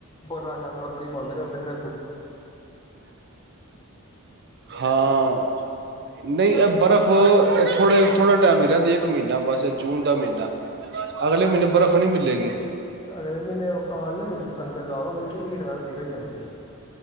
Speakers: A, on the left (about 20°); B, on the right (about 50°).
A: ਬਰ ਤੁਸੀ ਬੰਦ ਕਰਦੇ ਫ਼ਿਰ
B: ਹਾਂ ਨਹੀਂ ਇਹ ਬਰਫ਼ ਇਥੇ ਥੋੜੇਥੜਾ ਟਾਈਮ ਹੀ ਰਹਿੰਦੀ ਹੈ ਇੱਕ ਮਹੀਨਾ ਬਸ ਜੂਨ ਦਾ ਮਹੀਨਾ ਅਗਲੇ ਮਹੀਨੇ ਬਰਫ਼ ਨਹੀਂੀ ਮਿਲੇਗੀ
A: ਅਗਰ ਇਹ ਮਹੀਨੇ ਉਤਾਂ ਨਹੀਂ ਨਾ ਮਿਲਦੀ ਸੰਗਤ ਜ਼ਿਆਦਾ ਹੁੰ ਉਹਦੀ ਹੀਟ ਨਾਲ ਠੀਕ ਹੋ ਜਾਂਦੀ ਹੈ